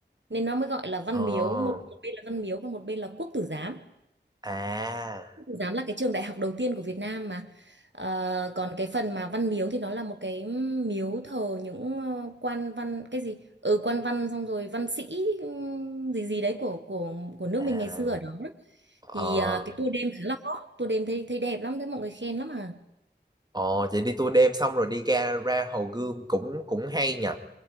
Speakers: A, on the right (about 75°); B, on the right (about 20°).
A: nên nó mới gọi là Văn
B: Ờ
A: Miếu một, một bên là Văn Miếu còn một bên là Quốc Tử Giám
B: à
A: Giám là cái trường đại học đầu tiên của Việt Nam mà Ờ, còn cái phần mà văn miếu thì nó là một cái miếu thờ những ờ, quan văn cái gì ừ quan văn xong rồi văn sĩ ừm, gì gì đấy của của của nước
B: à
A: mình ngày xưa ở đó
B: Ờ,
A: thì ờ, cái tour đêm khá là hot tour đêm thấy thấy đẹp lắm thấy mọi người khen lắm à
B: ờ, vậy đi tour đêm xong rồi đi ra ra Hồ Gươm cũng cũng hay nhỉ.